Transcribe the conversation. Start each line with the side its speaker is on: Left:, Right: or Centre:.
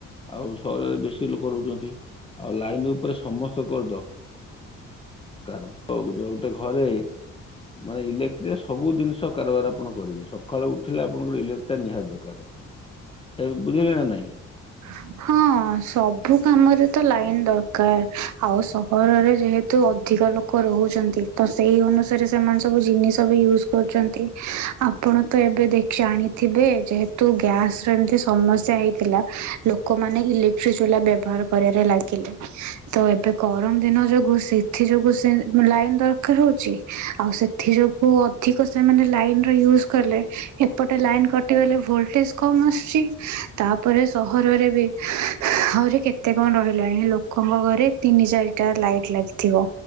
Left: ଆଉ ସହରରେ ବେଶୀ ଲୋକ ରହୁଛନ୍ତି ଆଉ ଲାଇନ ଉପରେ ସମସ୍ତଙ୍କର ଦରକାର। ହଉ ଯ ଗୋଟେ ଘରେ ମାନେ ଇଲେକ୍ଟ୍ରିରେ ସବୁ ଜିନିଷର ଆପଣ କରିବେ ସକାଳୁ ଉଠିଲେ ଆପଣଙ୍କର ଇଲେକ୍ଟ୍ରିା ନିହାତି ଦରକାର। ଏବେ ବୁଝିଲେ ନା ନାଇଁ।
Right: <inaudible> ହଁ ସବୁ କାମରେ ତ ଲାଇନ ଦରକାର ଆଉ ସହରରେ ଯେହେତୁ ଅଧିକ ଲୋକ ଲୋକ ରହୁଛନ୍ତି ତ ସେଇ ଅନୁସାରେ ସେମାନେ ସବୁ ଜିନିଷ ବି ୟୁଜ କରୁଛନ୍ତି ଆପଣ ତ ଏବେ ଦେଖ ଜାଣିଥିବେ ଯେହେତୁ ଗ୍ୟାସ୍ ଜେମତି ସମସ୍ୟା ହେଇଥିଲା ଲୋକମାନୋ ଇଲେକ୍ଟ୍ରି ଚୁଲା ବ୍ୟବହାର କରିବାରେ ଲାଗିଲେ। ତ ଏବେ ଗରମ ଦିନ ଯୋଗୁ ସେଥି ଯୋଗୁ ସେ ଲାଇନ୍ ଦରକାର ହଉଛି ଆଉ ସେ ଏଥି ଯୋଗୁ ଅଧିକ ସେମାନେ ଲାଇନ ର ୟୁଜ୍ କଲେ ଏପଟେ ଲାଇନ କଟିଗଲେ ଭୋଲଟେଜ କମ ଆସୁଛି ତାପରେ ସହରରେ ବି ଆହୁରି କେତେ କଣ ରହିଲାଣି ହେ ଲୋ ଲୋକଙ୍କ ଘରେ ତିନି ଚାରିଟା ଲାଇଟ ଲାଗିଥିବ।